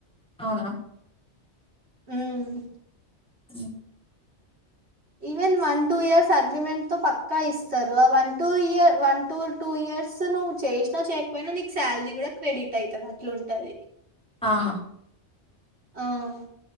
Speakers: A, in the centre; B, on the right (about 65°).
A: అవునా
B: ఉహ్
A: తుదియా
B: even one two years agreement తో పక్కా ఇసరు. ఆ వన్ టూ ఇయ one two two year. Years నువ్వు చేచిన్న చేయకపోయినా నీకు సాలరీ గూడా క్రెడిట్ అయితది అట్లుంటది.
A: ఆహా
B: ఆహ్